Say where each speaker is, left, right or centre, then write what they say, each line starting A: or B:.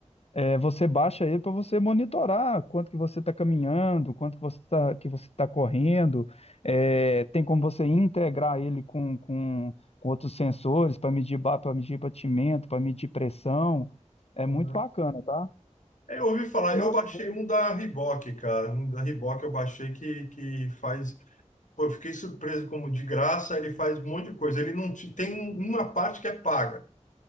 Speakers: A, on the left; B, on the left.
A: É, você baixa ele para você monitorar quanto que você está caminhando, quanto que você está que você tá correndo. É, tem como você integrar ele com, com, com outros sensores para medir para medir batimento, para medir pressão. É
B: Uhum.
A: muito bacana, tá?
B: É, Eu ouvi falar,
A: O meu
B: eu
A: amigo
B: baixei um
A: é isso.
B: da Reebok, cara. Um da Reebok eu baixei que, que faz. Pô, eu fiquei surpreso como de graça ele faz um monte de coisa. Ele não te- tem um- uma parte que é paga,